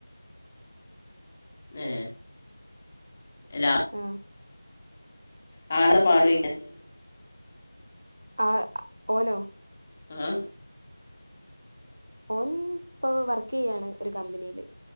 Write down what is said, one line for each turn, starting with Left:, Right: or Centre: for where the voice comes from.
Left: ഏ എല്ലാ
Right: ആഹ്
Left: <unintelligible>
Right: ആ ഓനോ
Left: ആ
Right: ഓൻ ഇപ്പൊ വർക്ക് ചെയ്യയാണ് ഒരു കമ്പനിയില്